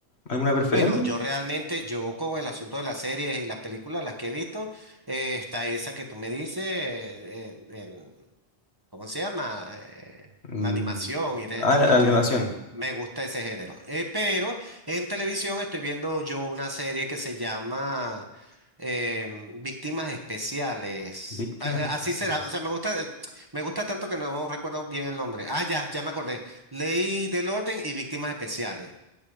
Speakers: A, on the left; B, on the right.
A: alguna preferencia?
B: Bueno, yo realmente, yo con el asunto de las series y las películas, las que he visto, eh, está esa que tú me dices, eh, eh, el- ¿cómo se llama? Eh,
A: Mm,
B: la animación y de estas
A: Ah, la,
B: cuestiones.
A: la animación.
B: Me gusta ese género. Eh, pero en televisión estoy viendo yo una serie que se llama eh, Víctimas Especiales.
A: Víctimas
B: A- a-
A: de pasiones.
B: Así será, o sea, me gusta, eh, me gusta tanto que no recuerdo bien el nombre. Ah, ya, ya me acordé. Ley del Orden y Víctimas Especiales.